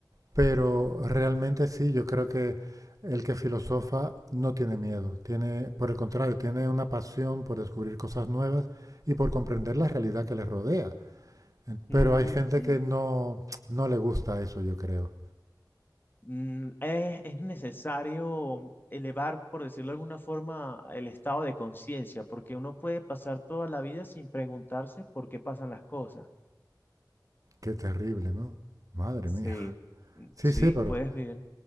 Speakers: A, on the right; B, on the left.
A: pero realmente sí, yo creo que el que filosofa no tiene miedo, tiene, por el contrario, tiene una pasión por descubrir cosas nuevas y por comprender la realidad que le rodea. Eh, Pero
B: Ujú.
A: hay gente que no, no le gusta eso, yo creo.
B: Mm, es, es necesario elevar, por decirlo de alguna forma, el estado de conciencia, porque uno puede pasar toda la vida sin preguntarse por qué pasan las cosas.
A: Qué terrible, ¿no? Madre
B: Sí,
A: mía.
B: mm,
A: Sí,
B: sí,
A: sí, pero,
B: puedes ver.